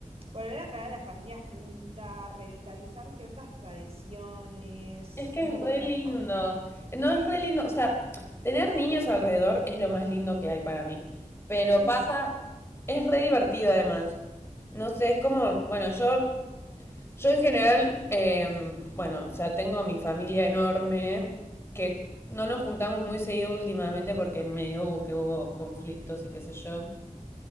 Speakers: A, on the right (about 50°); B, on the left (about 20°).
A: Volver a traer a la familia junta, revitalizar ciertas tradiciones,
B: Es que
A: un
B: es
A: poco
B: re
A: todo.
B: lindo.
A: ¿no?
B: No es re lindo, o sea, tener niños alrededor es lo más lindo que hay para mí. Pero
A: Es,
B: pasa, es re divertido además. No sé, es como, bueno, yo Yo en general, eh, bueno, o sea, tengo mi familia enorme, que no nos juntamos muy seguido últimamente porque en medio hubo que hubo conflictos y qué sé yo.